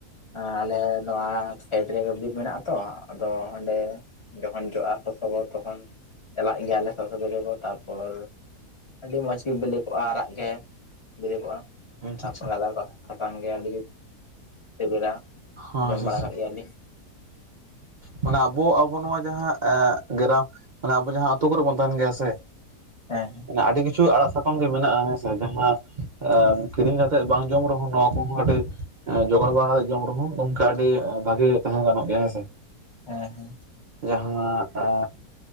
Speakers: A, on the left (about 35°); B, on the right (about 65°).
A: ᱟᱸ ᱟᱞᱮ ᱱᱚᱣᱟ ᱠᱷᱮᱛ ᱨᱮᱜᱮ ᱵᱤᱨ ᱢᱮᱱᱟᱜ ᱟ ᱛᱚ ᱟᱫᱚ ᱚᱸᱰᱮ ᱡᱚᱠᱷᱚᱱ ᱡᱚᱜᱼᱟ ᱥᱚᱥᱚ ᱜᱚᱫ ᱛᱚᱠᱷᱚᱱ ᱪᱟᱞᱟᱜ ᱜᱮᱭᱟᱞᱮ ᱥᱚᱥᱚ ᱠᱟᱫᱚ ᱜᱚᱫᱽ᱾ ᱛᱟᱨᱯᱚᱨ ᱟᱹᱰᱤ ᱢᱚᱡᱽ ᱜᱮ ᱵᱤᱞᱤ ᱠᱚᱜᱼᱟ ᱟᱨᱟᱜ ᱜᱮ, ᱵᱤᱞᱤ ᱠᱚᱜᱼᱟ᱾
B: ᱟᱪᱪᱷᱟ
A: ᱛᱟᱨᱯᱚᱨ
B: ᱟᱪᱪᱷᱟ
A: ᱜᱟᱫᱟᱨ ᱠᱚ-ᱟ ᱥᱟᱥᱟᱝ ᱜᱮᱭᱟ ᱟᱹᱰᱤᱜᱮ ᱥᱤᱵᱤᱞᱟ
B: ᱦᱚᱸ
A: ᱡᱚᱢ
B: ᱟᱪᱪᱷᱟ
A: ᱵᱟᱲᱟ
B: ᱟᱪᱪᱷᱟ
A: ᱠᱟᱜ ᱜᱮᱭᱟᱞᱤᱧ᱾
B: ᱢᱟᱱᱮ ᱟᱵᱚ ᱟᱵᱚ ᱱᱚᱣᱟ ᱡᱟᱦᱟᱸ ᱮᱜ ᱜᱨᱟᱢ ᱢᱟᱱᱮ ᱟᱵᱚ ᱡᱟᱦᱟᱸ ᱟᱹᱛᱩ ᱠᱚᱨᱮ ᱵᱚᱱ ᱛᱟᱦᱮᱱ ᱜᱮᱭᱟ ᱥᱮ᱾
A: ᱦᱮᱸ
B: ᱢᱟᱱᱮ ᱟᱹᱰᱤ ᱠᱤᱪᱷᱩ ᱟᱲᱟᱜ ᱥᱟᱠ ᱠᱷᱟᱱ ᱜᱮ ᱢᱮᱱᱟᱜᱼᱟ ᱦᱮᱸ ᱥᱮ᱾ ᱡᱟᱦᱟᱸ ᱟ ᱠᱤᱨᱤᱧ ᱠᱟᱛᱮᱜ ᱵᱟᱝ ᱡᱚᱢ ᱨᱮᱦᱚᱸ ᱱᱚᱣᱟ ᱠᱚᱦᱚᱸ ᱠᱟᱴᱤᱡ ᱮᱸ ᱡᱚᱜᱟᱲ ᱵᱟᱲᱟ ᱠᱟᱛᱮ ᱡᱚᱢ ᱨᱮᱦᱚᱸ ᱜᱚᱝᱠᱮ ᱟᱹᱰᱤ ᱮᱸ ᱵᱷᱟᱜᱤ ᱛᱟᱦᱮᱸ ᱜᱟᱱᱚᱜ ᱜᱮᱭᱟ ᱦᱮᱸᱥᱮ᱾
A: ᱦᱮᱸ ᱦᱮᱸ᱾
B: ᱡᱟᱦᱟᱸ ᱟ